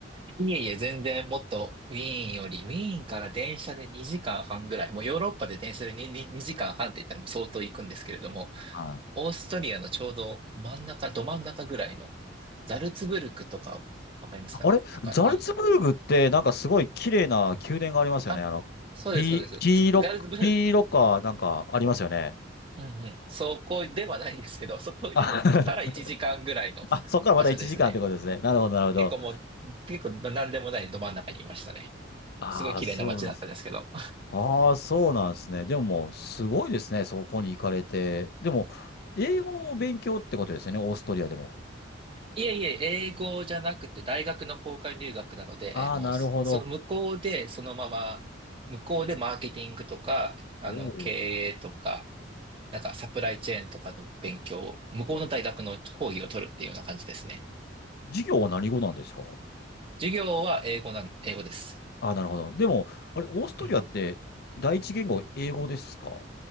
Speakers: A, on the right; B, on the left.
A: いえいえ、全然もっとウィーンより、ウィーンから電車で2時間半ぐらい、もうヨーロッパで電車で2、にに時間半って言ったらもう相当行くんですけれども、
B: はい。
A: オーストリアのちょうど真ん中、ど真ん中ぐらいの、ザルツブルクとか、わかりますかねとか、
B: あれザルツブルグって、
A: リ、
B: なんかすごい綺麗な宮殿がありますよね。
A: あ、
B: あの、
A: そうです、
B: 黄黄色、
A: そうです。つザルツブルク、
B: 黄色か、なんかありますよね。
A: うんうん。そこではないですけど、<laughs> そこ
B: あ、
A: から1時間ぐらいの場所ですね。
B: <laughs> あ、そこからまた1時間ってことですね。なるほど、なるほど。
A: 結構もう、結構何でもないど真ん中にいましたね。
B: ああ、
A: すごい綺麗な街だったんですけど。
B: そうなんですああ、そうなんですね。でももう、すごいですね。
A: うん
B: そこに行かれて。でも、英語を勉強ってことですよね。オーストリアでも。
A: いえいえ、英語じゃなくて大学の交換留学なので、
B: ああ、
A: あの、
B: なるほど。
A: そその向こうでそのまま、向こうでマーケティングとか、あの、
B: おー
A: 経営とか、なんかサプライチェーンとかの勉強を、向こうの大学の講義を取るっていうような感じですね。
B: お授業は何語なんですか
A: 授業は英語なん、英語です。
B: ああー、なるほど。でも、あれ、オーストリアって第一言語英語ですか
A: うん。